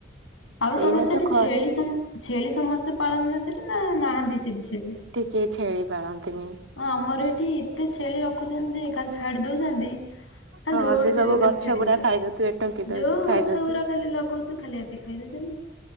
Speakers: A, on the left; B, on the right.
A: ଆଉ ତମର
B: ଏଇନା
A: ସେଠି
B: ତ ଖରା
A: ଛେଳି ସମ୍, ଛେଳି ସମସ୍ତେ ପାଳନ ନା ସେଠି ନା ନାହାଁନ୍ତି ସେଠି ଛେଳି।
B: କିଏ ଛେଳି ପାଳନ୍ତିନି।
A: ଅଁ ଆମର ଏଠି ଏତେ ଛେଳି ରଖୁଚନ୍ ଯେ ଖାଲି ଛାଡ଼ି ଦଉଚନ୍ତି। ଖାଲି
B: ହଁ
A: ଦଉଡ଼ୁଥିବେ
B: ସେ ସବୁ
A: ଖାଲି
B: ଗଛ
A: ଛେଳିିବିର
B: ଗୁଡା ଖାଇଦଉଥିବେ ଟୁଙ୍କି ଦଉଥିବେ
A: ଯୋଉ
B: ଖାଇଦଉଥିବେ।
A: ଗଛ ଗୁରାକ ଖାଲି ଲଗଉଛୁ ଖାଲି ଆସି ଖାଇଦେଇଛନ୍ତି।